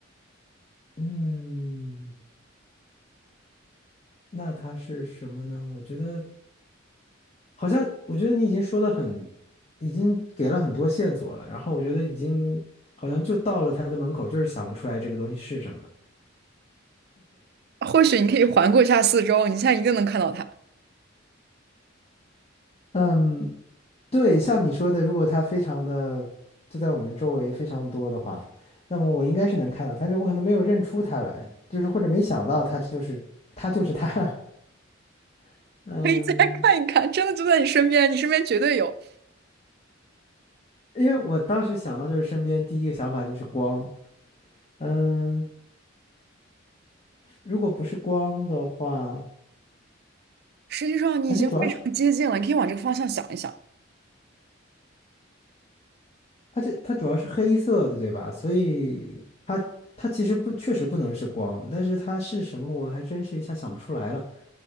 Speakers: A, on the left; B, on the right.
A: 嗯，那它是什么呢？我觉得。好像我觉得你已经说的很，已经给了很多线索了，然后我觉得已经好像就到了他的门口，就是想不出来这个东西是什么。
B: 或许你可以环顾一下四周，你现在一定能看到它，
A: 嗯，对，像你说的，如果它非常的就在我们周围非常多的话，那么我应该是能看到它但是我可能没有认出他来，就是或者没想到他就是他就是他。<laughs> 嗯，
B: 可以再 <laughs> 看一看，真的就在你身边，你身边绝对有。
A: 因为我当时想到就是身边第一个想法就是光，嗯，如果不是光的话，
B: 实际上你已经非常接近了，
A: 而且主要是。
B: 你可以往这个方向想一想。
A: 而且它主要是黑色的，对吧？所以它它其实不确实不能是光，但是它是什么，我还真是一下想不出来了。